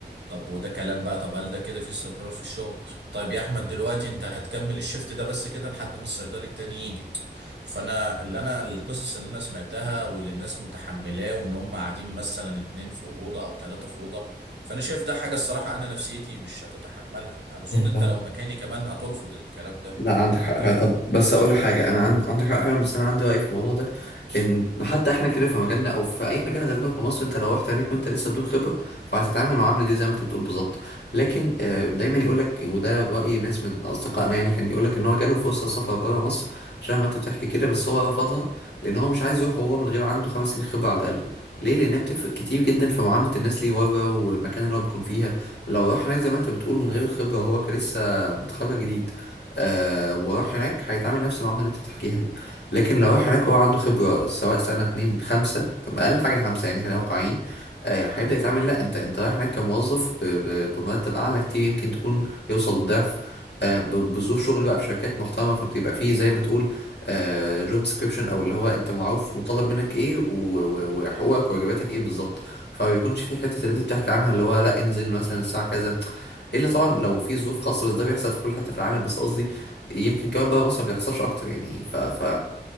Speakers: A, on the right; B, on the left.
A: طب وده كلام بقى طب هل ده كده في استقرار في الشغل طيب يا احمد دلوقتي انت هتكمل الشيفت ده بس كده لحد ما الصيدلي التاني يجي فانا اللي انا القصص اللي انا سمعتها واللي الناس متحملاه وان هم قاعدين مثلا اتنين في اوضه او ثلاثه في اوضه فانا شايف ده حاجه الصراحه انا نفسيتي مش هتتحملها يعني اظن انت
B: امم
A: لو مكاني كمان هترفض الكلام ده
B: لا عندك
A: ولا
B: حق
A: انت
B: فعلا
A: ايه رايك
B: طب بس اقول لك حاجه انا عند... عندك حق فعلا بس انا عندي راي في الموضوع ده ان حتى احنا كده في مجالنا او في اي مجال غالبا في مصر انت لو رحت هناك وانت لسه بدون خبره فهتتعامل المعامله دي زي ما انت بتقول بالظبط لكن آه، دايما يقول لك وده راي ناس من اصدقائنا يعني كان يقول لك ان هو جاله فرصه سفر بره مصر شبه ما انت بتحكي كده بس هو رفضها لان هو مش عايز يروح وهو من غير عنده خمس سنين خبره على الاقل ليه لانها بتفرق كتير جدا في معامله الناس ليه بره والمكان اللي هو بيكون فيها لو راح هناك زي ما انت بتقول من غير الخبره وهو كان لسه متخرج جديد آه وراح هناك هيتعامل نفس المعاملة اللي انت بتحكيها دي لكن لو راح هناك هو عنده خبرة سواء سنة اتنين خمسة أقل حاجة خمسة يعني خلينا واقعيين آه هيبدأ يتعامل لا انت انت رايح هناك كموظف ب- ب- بمرتب أعلى كتير يمكن تكون يوصل للضعف آه ب- بظروف شغل بقى في شركات محترمة فبتبقى فيه زي ما تقول آه جوب ديسكريبشن أو اللي هو انت معروف مطالب منك ايه و- و- وحقوقك وواجباتك ايه بالظبط فما بيكونش في حتة اللي انت بتحكي عنها اللي هو لا انزل مثلا الساعة كذا الا طبعا لو في ظروف خاصه بس ده بيحصل في كل حته في العالم بس قصدي يمكن كمان بره مصر ما بيحصلش اكتر يعني ف ف